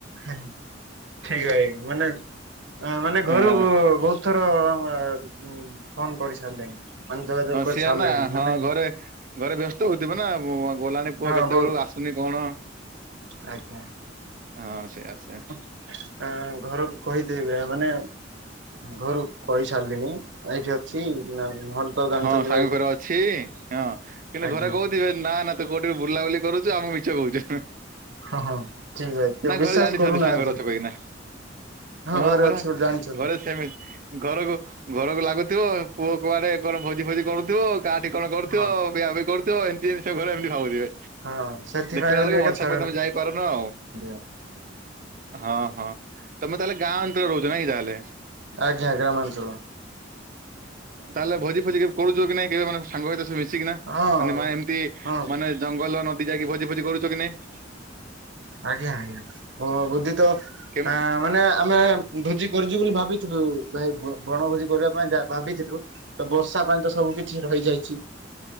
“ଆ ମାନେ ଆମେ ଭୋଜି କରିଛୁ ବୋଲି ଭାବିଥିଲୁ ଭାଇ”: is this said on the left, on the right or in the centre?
Right